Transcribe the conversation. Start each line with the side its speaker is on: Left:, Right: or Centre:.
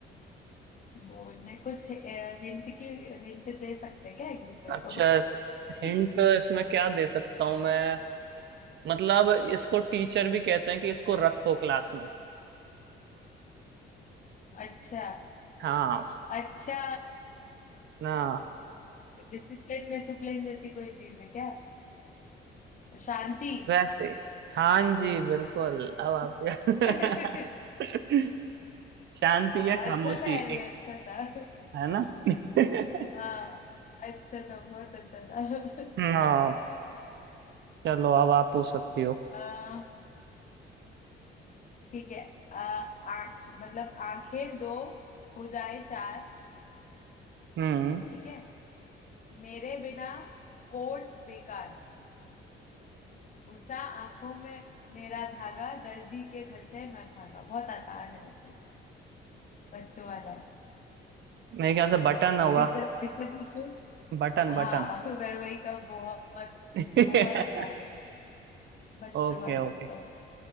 Left: बोलने कुछ हिंट की हिंट दे सकते हैं क्या एक दूसरे
Right: अच्छा
Left: को
Right: हिंट
Left: <laughs>
Right: इसमें क्या दे सकता हूँ मैं मतलब इसको टीचर भी कहते हैं कि इसको रखो क्लास में
Left: अच्छा
Right: हाँ
Left: अच्छा
Right: ना
Left: डिसिप्लिन डिसिप्लिन जैसी कोई चीज है क्या शांति
Right: वैसे हाँ जी बिल्कुल अब
Left: <laughs>
Right: आपके
Left: हाँ,
Right: <laughs> शांति
Left: अच्छा
Right: या खामोशी
Left: था यार ये
Right: एक
Left: अच्छा था
Right: है ना <laughs>
Left: हाँ अच्छा था बहुत अच्छा था
Right: हाँ चलो अब आप पूछ सकती हो
Left: आ, ठीक है आ, आ, मतलब आंखें दो हो जाए चार
Right: हम्म
Left: ठीक है मेरे बिना कोट बेकार घुसा आंखों में मेरा धागा दर्जी के घर से मैं भागा बहुत आसान है वैसे बच्चों वाला है
Right: मेरे ख्याल से बटन होगा
Left: फिर से फिर से पूछू
Right: Button
Left: हाँ
Right: button
Left: <laughs> वरवई का बहुत
Right: <laughs>
Left: बहुत आसान है बच्चों
Right: ओके
Left: वाला
Right: ओके
Left: तो